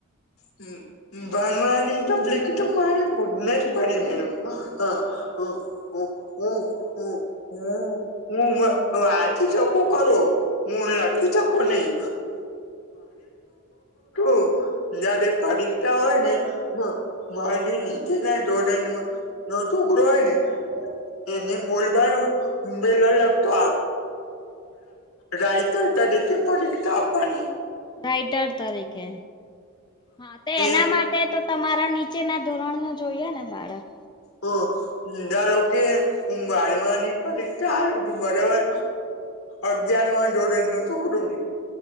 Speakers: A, on the left (about 75°); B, on the left (about 20°).
A: હમ્મ. ભનવાની તો તકલીફ. <unintelligible> <unintelligible> <inaudible> હું વાંચી સકું ખરું. હું લખી શકું નહી. <unintelligible> <unintelligible> <unintelligible> <unintelligible> <unintelligible> <unintelligible> ટુકરો હોય ને એણે બોલવાનું <unintelligible> લગતો રાયતર તરીકે પરીક્ષા આપવાની
B: રાઈટર તરીકે હા તો એના
A: એ
B: માટે એ તો તમારા નીચેના ધોરણના જોઈએ ને બાળક
A: હા, ધારો કે હું બારમાની પરીક્ષા આપું તો બરાબર. અગયારમાં ધોરણનું જો છોકરું